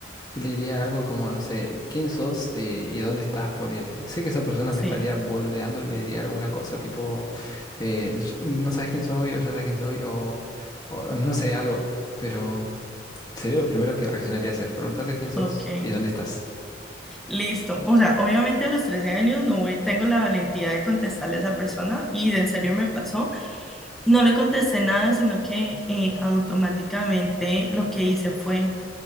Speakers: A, on the left; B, in the centre.
A: Y le diría algo como, no sé, quién sos eh, y dónde estás, ponele. Sé que esa persona
B: Sí,
A: me estaría boludeando y me diría alguna cosa tipo, eh, no sabes quién soy o ya sabes quién soy o, o no sé, algo. Pero sería lo primero que reaccionaría a hacer, preguntarle quién sos
B: ok.
A: y dónde estás.
B: Listo. O sea, obviamente a los 13 años no voy, tengo la valentía de contestarle a esa persona y en serio me pasó. No le contesté nada, sino que eh, automáticamente lo que hice fue